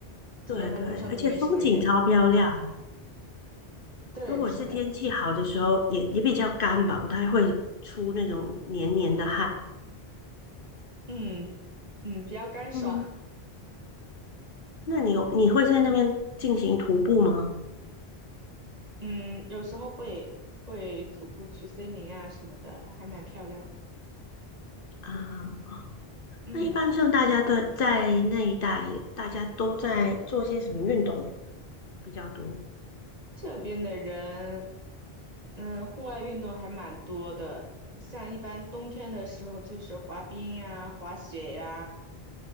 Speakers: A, on the right (about 40°); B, on the left (about 60°).
A: 基本上路上都没什么人。
B: 对对，而且风景超漂亮。
A: 对，
B: 如果是天气好的时候，
A: 是的，
B: 也也比较干吧，不太会出那种黏黏的汗。
A: 嗯嗯，比较干爽，
B: 嗯，那你有你会在那边进行徒步吗？
A: 嗯，有时候会会徒步去森林啊什么的，还蛮漂亮的。
B: 啊、
A: 嗯，
B: 那一般像大家都在那一带，大家都在做些什么运动比较多
A: 这边的人，嗯，户外运动还蛮多的，像一般冬天的时候就是滑冰呀、滑雪呀、